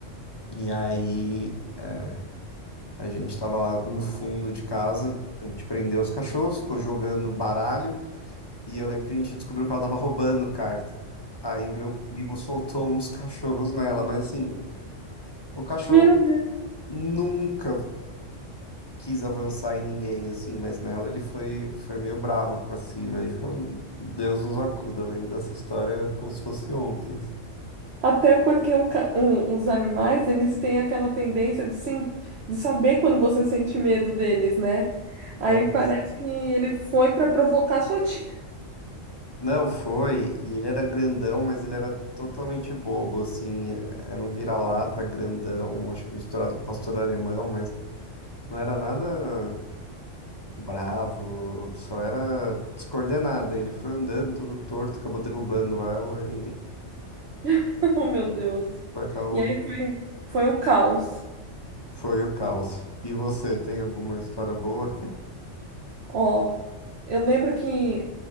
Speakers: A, on the left; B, on the right.
A: E aí, é, a gente tava lá no fundo de casa, a gente prendeu os cachorros, ficou jogando baralho, e eu lembro que a gente descobriu que ela tava roubando carta. Aí o meu primo soltou um dos cachorros nela, mas assim, o cachorro
B: Meu Deus.
A: nunca quis avançar em ninguém, assim, mas nela ele foi, foi meio bravo pra cima, e foi um Deus nos acuda, eu lembro dessa história como se fosse ontem.
B: Até porque o ca- o- os animais, eles têm aquela tendência de, sen- de saber quando você sente medo deles, né? Aí
A: assim.
B: parece que ele foi para provocar sua tia.
A: Não, foi. E ele era grandão, mas ele era totalmente bobo, assim. É, Era um vira-lata grandão, acho que misturado com pastor alemão, mas não era nada bravo, só era descoordenado. Aí Ele foi andando todo torto, acabou derrubando ela e
B: <laughs> Oh, meu Deus.
A: foi aquela lou-
B: E aí foi, foi o caos.
A: foi o caos. E você, tem alguma história boa?
B: Ó, eu lembro que